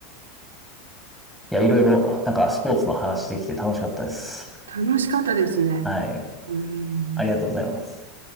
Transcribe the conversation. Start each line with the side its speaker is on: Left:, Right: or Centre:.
Centre: いや、いろいろ、なんかスポーツの話できて楽しかったです。
Right: 楽しかったですね。
Centre: はい。
Right: うん。
Centre: ありがとうございます。